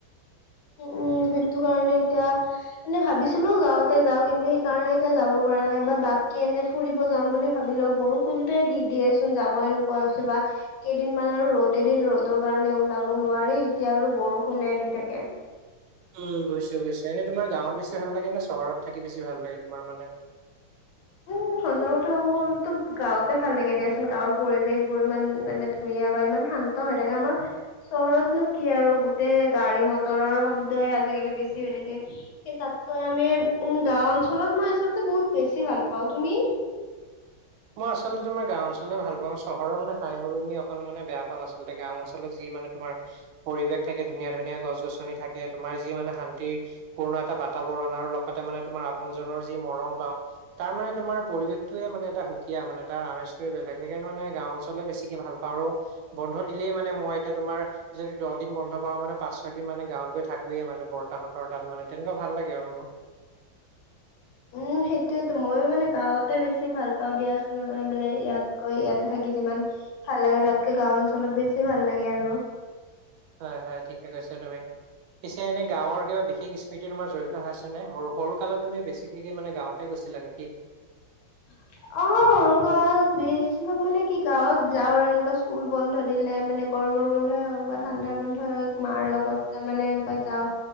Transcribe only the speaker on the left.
উম সেইটো কাৰণে এতিয়া মানে ভাবিছিলো গাঁৱতে যাওঁ কিন্তু সেইকাৰণে এতিয়া যাব পৰা নাই বা বাকী এনেই ফুৰিব যাম বুলি ভাবিলেও বৰষুণটোৱে দি দিয়েচোন যাবই নোপোৱা হৈছো বা কেইদিনমান আৰু ৰ'দে দিল ৰ'দৰ কাৰণে ওলাব নোৱাৰি এতিয়া আৰু বৰষুণে দি থাকে।
উম সঁছা কথা ক'ব গ'লেতো গাঁওতে ভাল লাগে দিয়াচোন, গাঁৱৰ পৰিৱেশ বোৰ ইমান মানে ধুনীয়া বা ইমান শা ন্ত হৈ থাকে। আমাৰ চহৰতনো কি আৰু গোটেই গাড়ী মটৰৰ শব্দই আজিকালি বেছি হৈ থাকে। কিন্তু তাতকৈ আমি উম গাঁও অঞ্চলত মই আচলতে বহুত বেছি ভাল পাওঁ। তুমি?
উম সেইটোয়েটো মইয়ো মানে গাঁৱতে বেছি ভাল পাওঁ দিয়াচোন মানে ইয়াতকৈ ইয়াতে থাকি যিমান ভাল লাগে তাতকৈ গাঁও অঞ্চলত বেছি ভাল লাগে আৰু।
<inaudible> অঁ গাঁৱত বেছিভাগ মানে কি গাঁৱত যাওঁ আৰু এনেকুৱা স্কুল বন্ধ দিলে মানে। গৰমৰ বন্ধই হওক বা ঠাণ্ডাৰ বন্ধই হওক মাৰ লগত তাৰ মানে এনেকৈ যাওঁ।